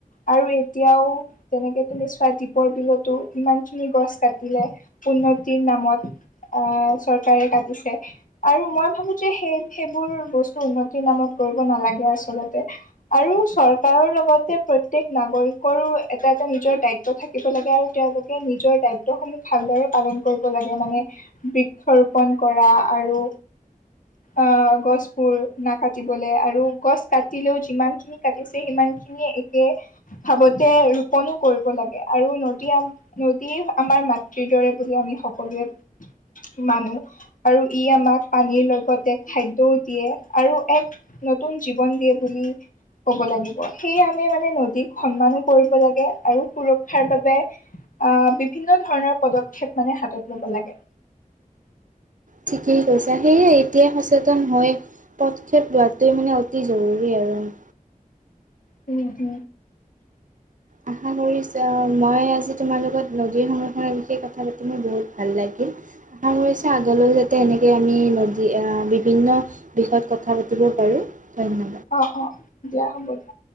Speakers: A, on the left; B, on the right.
A: আৰু এতিয়াও তেনেকে তুমি চোৱা দীপৰ বিলতো ইমান খিনি গছ কাটিলে, উন্নতিৰ নামত চৰকাৰে কাটিছে আৰু মই ভাবো যে সেই সেইবোৰ বস্তু উন্নতিৰ নামত কৰিব নেলাগে আচলতে আৰু চ ৰকাৰৰ লগতে প্ৰত্যেক নাগৰিকৰো এটা এটা নিজৰ দায়িত্ব থাকিব লাগে আৰু তেওঁলোকে নিজৰ দায়িত্বসমূহ ভালদৰে পালন কৰিব লাগে মানে বৃক্ষ ৰোপন কৰা আৰু অ গছবোৰ নাকাটিবলে আৰু গছ কাটিলেও যিমান খিনি কাটিছে সিমানি খ একে ভাৱতে ৰোপনো কৰিব লাগে আৰু নদী নদী আমাৰ মাতৃৰ দৰে বুলি আমি সকলোৱে মানো আৰু ই আমাক পানীৰ লক্ষ্ লগতে খাদ্যও দিয়ে আৰু এক নতুন জীৱন দিয়ে বুলি কব লাগিব সেয়ে আমে মানে নদীক সন্মানো কৰিব লাগে আৰু সুৰক্ষাৰ বাবে আহ বিভিন্ন ধৰণৰ পদক্ষেপ মানে হাতত ল'ব লাগে।
B: ঠিকেই কৈছা সেয়ে এতিয়াই সচেতন হৈ পদক্ষেপ লোৱাটোৱে মানে অতি জৰুৰী আৰু উম
A: অহ অহ
B: আশা কৰিছো মই আজি তোমাৰ লগত নদীৰ সংৰক্ষণৰ বিষয়ে কথা পাতিম মোৰ বহুত ভাল লাগিল আগলৈ যাতে এনেকে আমি বিভিন্ন বিষয়ত কথা পাতিব পাৰোঁ ধন্যবাদ।
A: অ অ দিয়া হ'ব দিয়া